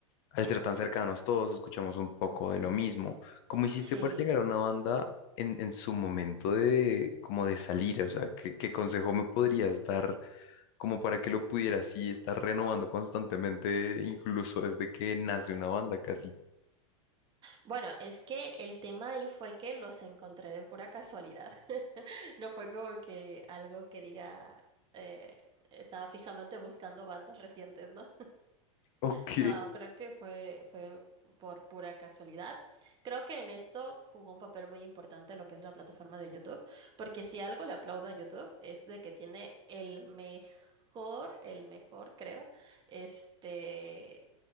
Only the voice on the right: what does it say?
Sí.
Bueno, es que el tema ahí fue que los encontré de pura casualidad. <laughs> No fue como que algo que diga, eh, estaba fijamente buscando bandas recientes, ¿no?
No, creo que fue, fue por pura casualidad. Creo que en esto jugó un papel muy importante lo que es la plataforma de YouTube, porque si algo le aplaudo a YouTube es de que tiene el mejor, el mejor, creo, este